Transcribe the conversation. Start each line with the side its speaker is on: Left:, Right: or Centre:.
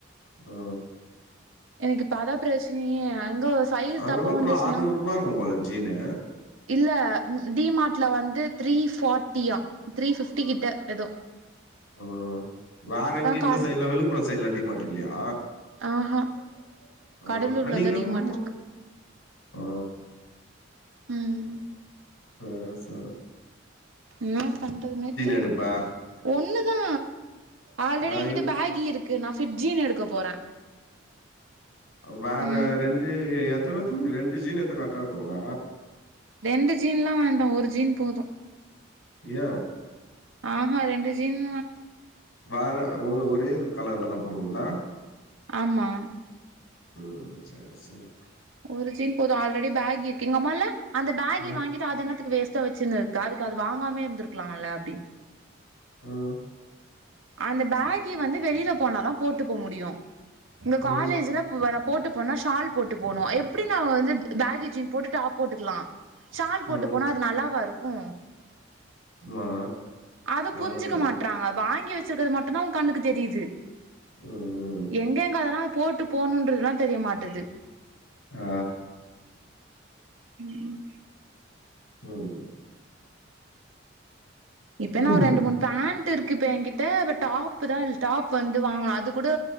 Left: ஓ
Right: எனக்கு இப்ப அதா பிரச்சனயே அங்க <unintelligible>
Left: அங்கெலா
Right: தப்பா வந்துச்சுன்னா
Left: போனா ஆற்நூ ரூபா இருக்கு போல ஜீனு
Right: இல்ல டிமாட்ல வந்து த்ரீ ஃபாட்டியா த்ரீ ஃபிப்டி கிட்ட எதோ
Left: ஓ வேற எங்கயு இந்த
Right: காடு
Left: சைடு்ல விழுப்புரோ சைட்ல டிமாட் இல்லயா
Right: ஆஹா
Left: ஆ
Right: கடலூர்லதா
Left: அன்னிகி நம்மோ
Right: டிமார்ட் இருக்கு
Left: ஓ
Right: ம்
Left: ஓ செரி
Right: என்னா பண்றதுனே தெர்
Left: எடுப்ப
Right: ஒண்ணுதா ஆல்ரெடி
Left: ஆ
Right: என்கிட்ட
Left: இன்
Right: பேகி இருக் கு நா ஃபிட் ஜீன் எடுக்க போற
Left: உ வேற
Right: ம்
Left: ரெண்டு எத்தன துணி ரெண்டு ஜீன் எட்தா கர்ட்டா இருக்கும்ல
Right: ரெண்டு ஜீன்ல்லா வேண்டா ஒரு ஜீன் போது
Left: ஏ
Right: ஆஹா ரெண்டு ஜீன்
Left: வேற ஓ ஒரேரு கலர்ல தா போடுவல
Right: ஆமா
Left: ம் சேர் சேரி
Right: ஒரு ஜீன் போது ஆல்ரெடி பேகி இருக்கு எங்க அம்மா ல்ல அந்த பேகி
Left: ம்
Right: வாங்கிட் டு அது என்னத்துக்கு வேஸ்டா வெச்சுனுருக்க அதுக்கு அது வாங்காமே இருந்துருக்கலாம்ல அப்டின்
Left: ம்
Right: அந்த பேகி வந்து வெளில போனாதா போட்டு போ முடியு இங்க
Left: ம்
Right: காலேஜ்ல வேனா போட்டு போனா ஷால் போட்டு போனு எப்டி நா வந்து பேகி ஜீன் போட்டு டாப் போட்டுக்ளா ஷால் போட்டு
Left: ம்
Right: போனா அது நல்லாவா இருக்கு
Left: மா
Right: அது
Left: வணக்கங்க
Right: புரிஞ்சுக்க மாட்றாங்க வாங்கி வெச் சுக்கறது மட்டுந்தா உ கண்ணுக்கு தெரியுது
Left: ம்
Right: எங்க எங்க அதனா போட்டு போணுன்றதலா தெரியமாட்டது
Left: ஆ
Right: ம் ம்
Left: ம்
Right: இப்பென்னா
Left: ம்
Right: ஒரு ரெண்டு மூன் பேண்ட் இருக்கு இப்ப என்கிட்ட இப்ப டாப்தா இல் டாப் வந்து வாங்லா அது கூட